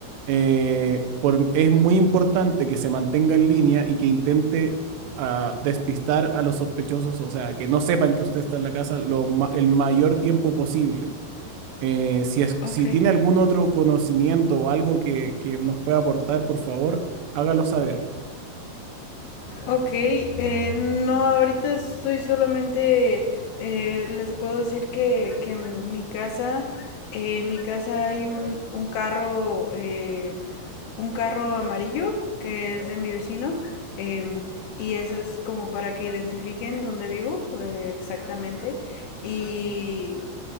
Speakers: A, on the right; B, on the left.
A: Eh, por- es muy importante que se mantenga en línea y que intente ah, despistar a los sospechosos, o sea, que no sepan que usted está en la casa lo ma- el mayor tiempo posible. Eh, si es,
B: Ok.
A: si tiene algún otro conocimiento o algo que, que nos pueda aportar, por favor, hágalo saber.
B: Ok, eh, no, ahorita estoy solamente, eh, les puedo decir que, que en mi casa, eh, en mi casa hay un, un carro, eh, un carro amarillo que es de mi vecino, em, y eso es como para que identifiquen dónde vivo, eh, exactamente, y,